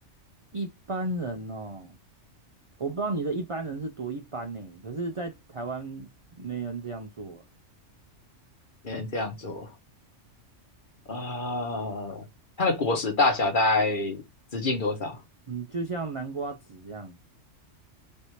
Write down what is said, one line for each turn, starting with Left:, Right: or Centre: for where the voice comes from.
Right: 一般人哦，我不知道你的一般人是多一般呢，可是，在台湾没人这样做啊。
Left: 没人这样做啊，呃它的果实大小大概直径多少？
Right: 嗯，就像南瓜子这样，